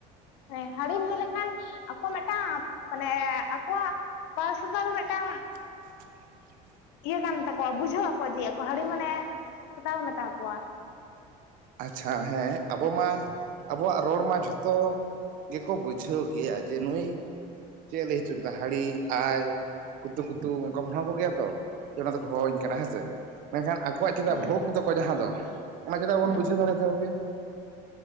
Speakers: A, on the left (about 80°); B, on the right (about 55°).
A: ᱦᱮ ᱦᱟᱹᱲᱤᱢ ᱞᱟᱹᱭ ᱞᱮᱠᱷᱟᱱ ᱟᱠᱚᱣᱟᱜ ᱢᱤᱫᱴᱟᱝ ᱢᱟᱱᱮ ᱟᱠᱚᱣᱟᱜ ᱠᱟ ᱥᱩᱢᱟ ᱫᱚ ᱢᱤᱫᱴᱟᱝ
B: <inaudible> <inaudible>
A: ᱤᱭᱟᱹ ᱠᱟᱱ ᱛᱟᱠᱚᱣᱟ ᱵᱩᱡᱷᱟᱹᱣ ᱟᱠᱚ ᱡᱮ ᱟᱠᱚ ᱦᱟᱹᱲᱤ ᱢᱟᱱᱮ ᱥᱮᱛᱟ ᱵᱚ ᱢᱮᱛᱟ ᱟᱠᱚᱣᱟ
B: ᱟᱪᱪᱷᱟ ᱦᱮᱸ ᱟᱵᱚ ᱢᱟ ᱟᱵᱚᱣᱟᱜ ᱨᱚᱲ ᱢᱟ ᱡᱷᱚᱛᱚ ᱜᱮᱠᱚ ᱵᱩᱡᱷᱟᱹᱣ ᱜᱮᱭᱟ ᱡᱮ ᱱᱩᱭ ᱪᱮᱫ ᱮ ᱞᱟᱹᱭ ᱦᱚᱪᱚ ᱠᱮᱫᱟ ᱦᱟᱹᱲᱤ ᱟᱭ, ᱠᱩᱛᱩ ᱠᱩᱛᱩ ᱚᱱᱠᱟ ᱵᱚᱱ ᱦᱚᱦᱚ ᱟᱠᱚᱜᱮᱭᱟ ᱛᱚ ᱡᱮ ᱚᱱᱟ ᱫᱚᱠᱚ ᱦᱚᱦᱚᱣᱟᱹᱧ ᱠᱟᱱᱟ ᱦᱮᱸ ᱥᱮ ᱢᱮᱱ ᱠᱷᱟᱱ ᱟᱠᱚᱣᱟᱜ ᱪᱮᱫᱟᱜ
A: ᱦᱮᱸ
B: ᱵᱷᱳᱜᱽ ᱫᱚ ᱠᱚ ᱡᱟᱦᱟᱸ ᱫᱚ ᱚᱱᱟ ᱪᱮᱫᱟᱜ ᱵᱟᱵᱚᱱ
A: ᱦᱮᱸ
B: ᱵᱩᱡᱷᱟᱹᱣ ᱫᱟᱲᱮᱭᱟ ᱛᱟᱠᱚ ᱜᱮᱭᱟ?